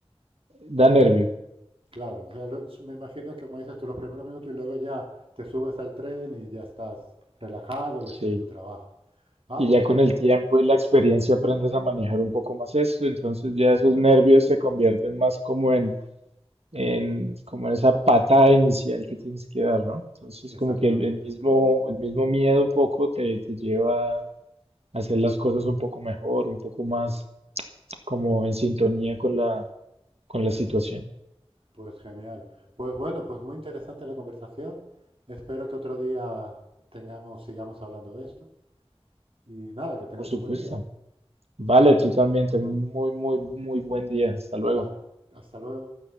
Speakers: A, on the right (about 70°); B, on the right (about 60°).
A: da nervio,
B: Claro, o sea, los- me imagino que como dices tú, los primeros minutos y luego ya te subes al tren y ya estás relajado
A: sí.
B: y haciendo tu trabajo. Ah,
A: Y
B: pues
A: ya con
B: qué bien,
A: el tiempo y la experiencia aprendes a manejar un poco más esto, entonces ya esos nervios se convierten más como en, en como en esa patada inicial que tienes que dar, ¿no? Entonces
B: exactamente.
A: como que el, el mismo, el mismo miedo un poco te, te lleva a hacer las cosas un poco mejor, un poco más como en sintonía con la, con la situación,
B: Pues genial. Pues bueno, pues muy interesante la conversación. Espero que otro día tengamos, sigamos hablando de esto. Y nada, que tengas
A: por supuesto.
B: un buen día.
A: Vale, tú también, ten un muy, muy, muy buen día. Hasta luego.
B: Vale, hasta luego.